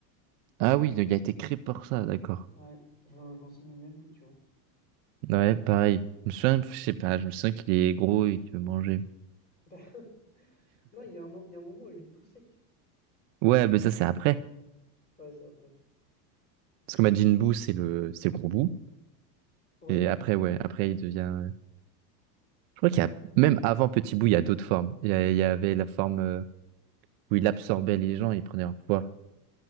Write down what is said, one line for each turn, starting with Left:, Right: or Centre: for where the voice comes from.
Right: Ah oui, donc il a été créé pour ça, d'accord.
Left: Ouais, je, je m'en souvenais même plus, tu vois.
Right: Ouais, pareil. Je me souviens, je sais pas, je me souviens qu'il est gros et qu'il veut manger.
Left: <laughs> Non, il y a un, mo- il y a un moment où il est tout sec.
Right: Ouais, mais ça, c'est après.
Left: Ouais, c'est après.
Right: Parce que Majin Buu, c'est le, c'est le gros bout.
Left: Ouais,
Right: Et après, ouais, après, il devient. euh, Je crois qu'il y a, même avant Petit Bout, il y a d'autres formes. Il y, a- il y avait la forme euh, où il absorbait les gens, il prenait leur pouvoir.